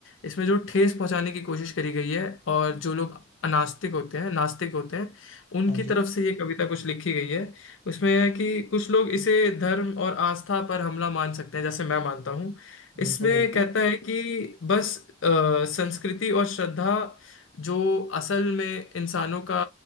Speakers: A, on the left; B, on the right.
A: इसमें जो ठेस पहुंचाने की कोशिश करी गई है और जो लोग अनास्तिक होते हैं नास्तिक होते हैं उनकी
B: हाँ जी
A: तरफ से ये कविता कुछ लिखी गई है उसमें है कि कुछ लोग इसे धर्म और आस्था पर हमला मान सकते हैं जैसे मैं मानता हूँ इसमें
B: बिल्कुल बिल्कुल
A: कहता है कि बस अ, संस्कृति और श्रद्धा जो असल में इंसानों का